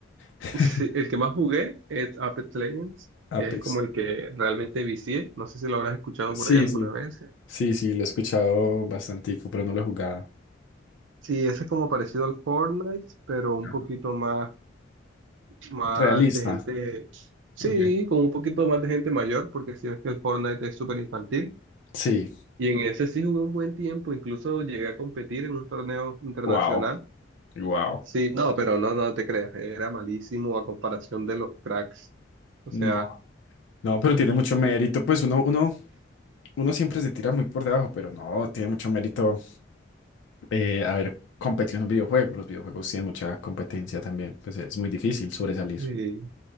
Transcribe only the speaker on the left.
<laughs>
Apex.
Sí,
sí.
Sí, sí, lo he escuchado bastantico, pero no lo he jugado.
Ajá.
Realista.
Okay.
Sí.
Wow. Wow.
No.
No, pero tiene mucho mérito, pues uno, uno, uno siempre se tira muy por debajo, pero no, tiene mucho mérito eh, haber competido en un videojuego. Los videojuegos tienen mucha competencia también, pues es muy difícil sobresalir.